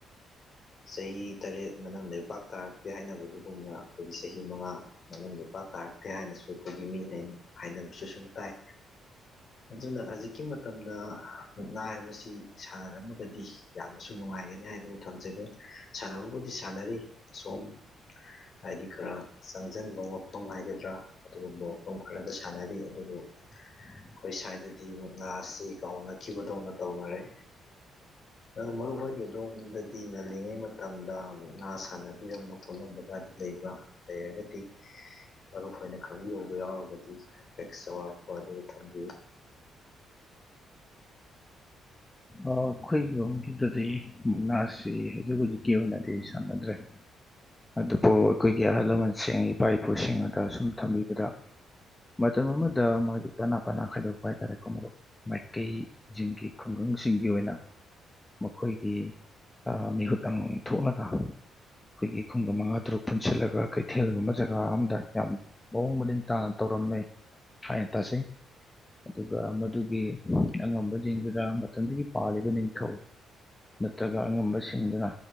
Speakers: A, on the left (about 50°); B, on the left (about 15°).
A: ꯆꯍꯤ ꯇꯔꯦꯠ ꯃꯅꯝ ꯂꯩꯄꯥꯛ ꯇꯥꯔꯛꯇ‌ꯦ ꯍꯥꯏꯅꯕ ꯗꯨꯒꯨꯝꯅ ꯑꯩꯒꯤ ꯆꯍꯤ ꯃꯉꯥ ꯃꯅꯝꯂꯩꯄꯥꯛ ꯇꯥꯔꯛꯇꯦ ꯍꯥꯏꯅꯁꯨ ꯑꯩꯈꯣꯏꯒꯤ ꯃꯤꯒꯩꯅ ꯍꯥꯏꯅꯕꯁꯨ ꯁꯨꯝ ꯇꯥꯏ꯫ ꯑꯗꯨꯅ ꯍꯧꯖꯤꯛꯀꯤ ꯃꯇꯝꯗ ꯃꯨꯛꯅꯥ ꯍꯥꯏꯕꯁꯤ ꯁꯥꯟꯅꯔꯝ ꯃꯒꯗꯤ ꯌꯥꯝꯅꯁꯨ ꯅꯨꯡꯉꯥꯏ ꯑꯦ ꯅ‌ꯑꯥꯏ ꯗꫭ ꯊꯝꯖꯜꯂꯦ ꯁꯥꯟꯅꯕꯕꯨꯗꯤ ꯁꯥꯟꯅꯔꯤ ꯁꯣꯝ ꯍꯥꯏꯗꯤ ꯈꯔ ꯆꯪꯖꯟꯕ ꯃꯐꯝ ꯍꯥꯏꯒꯗ꯭ꯔꯥ ꯑꯗꯨꯒꯨꯝꯕ ꯃꯐꯝ ꯈꯔꯗ ꯁꯥꯟꯅꯔꯤ ꯑꯗꯨꯕꯨ
B: <inaudible>
A: ꯑꯩꯈꯣꯏ ꯁ꯭ꯋꯥꯏꯗꯗꯤ ꯃꯨꯛꯅꯥ ꯑꯁꯤ ꯀꯥꯎꯅꯈꯤꯕꯗꯧꯅ ꯇꯧꯅꯔꯦ ꯑ ꯃꯔꯨ ꯍꯣꯏꯒ ꯑꯣꯝꯗꯗꯤ ꯉꯜꯂꯤꯉꯩ ꯃꯇꯝꯗ ꯑꯃꯨꯛ ꯉꯥ ꯁꯥꯟꯅꯕꯤꯔꯝꯕ ꯈꯣꯠꯂꯝꯕꯒꯗꯤ ꯂꯩꯕ꯭ꯔꯥ ꯂꯩꯔꯒꯗꯤ ꯃꯔꯨꯅ ꯈꯪꯕꯤꯍꯧꯕ ꯌꯥꯎꯔꯒꯗꯤ ꯍꯥꯏꯄꯦꯛꯁ ꯑꯋꯥꯠꯄ ꯑꯗꯨ ꯊꯝꯕꯤꯌꯨ
B: ꯑꯩꯈꯣꯏꯒꯤꯔꯣꯝꯒꯤꯗꯗꯤ ꯃꯨꯛꯅꯥꯁꯤ ꯍꯧꯖꯤꯛ ꯍꯧꯖꯤꯛꯀꯤ ꯑꯣꯏꯅꯗꯤ ꯁꯥꯟꯅꯗ꯭ꯔꯦ ꯑꯗꯨꯕꯨ ꯑꯩꯈꯣꯏꯒꯤ ꯑꯍꯜ ꯂꯃꯟꯁꯤꯡ ꯏꯄꯥ ꯏꯄꯨꯁꯤꯡ ꯑꯗ ꯁꯨꯝ ꯊꯝꯕꯤꯕꯗ ꯃꯇꯝ ꯑꯃꯗ ꯃꯥꯒꯤ ꯄꯅꯥ ꯄꯅꯥ ꯈꯥꯏꯗꯣꯛꯄ ꯍꯥꯏꯇꯥꯔꯦꯀꯣ ꯃꯩꯇꯩꯁꯤꯡꯒꯤ ꯈꯨꯡꯒꯪ ꯁꯤꯡꯒꯤ ꯑꯣꯏꯅ ꯃꯈꯣꯏꯒꯤ ꯃꯤꯍꯨꯠ ꯑꯃ ꯊꯣꯛꯂꯒ ꯑꯩꯈꯣꯏꯒꯤ ꯈꯨꯡꯒ ꯃꯉꯥ ꯇꯔꯨꯛ ꯄꯨꯟꯁꯤꯜꯂꯒ ꯀꯩꯊꯦꯜꯒꯨꯝꯕ ꯖꯒꯥ ꯑꯝꯗ ꯌꯥꯝ ꯃꯑꯣꯡ ꯃꯔꯤꯟ ꯇꯥꯅ ꯇꯧꯔꯛ ꯝ ꯍꯥꯏ ꯇꯁꯤꯦ <inaudible> ꯑꯗꯨꯒ ꯃꯗꯨꯒꯤ ꯑꯉꯝꯕꯁꯤꯡꯗꯨꯗ ꯃꯇꯝꯗꯨꯒꯤ ꯄꯥꯜꯂꯤꯕ ꯅꯤꯡꯊꯧ ꯅꯠꯇ꯭ꯔꯒ ꯑꯉꯝꯕꯁꯤꯡꯗꯨꯅ